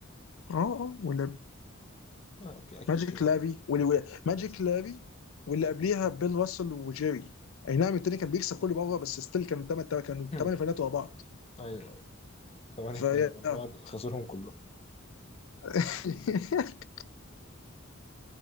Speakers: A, on the left; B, on the left.
A: اه اه ولا
B: آه أوكي أكيد
A: ماجيك
B: كده
A: لافي
B: كده
A: واللي ماجيك
B: يس.
A: لافي واللي قبليها بيل راسل وجيري اي نعم التاني كان بيكسب كل مره بس ستيل كان تمن كانوا
B: <clears throat>
A: ثمان فاينات ورا بعض
B: أيوه ثمانية
A: فيا
B: فاينل ورا
A: آه.
B: بعض خسرهم كلهم
A: <laughs>